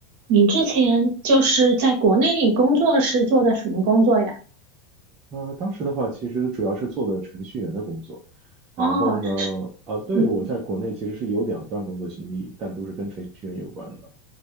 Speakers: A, on the right (about 50°); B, on the right (about 25°).
A: 你之前就是在国内工作是做的什么工作呀？
B: 呃，当时的话，其实主要是做的程序员的工作。然后呢，
A: 哦，
B: 呃，对，
A: 嗯
B: 我在国内其实是有两段工作经历，但都是跟程序员有关的。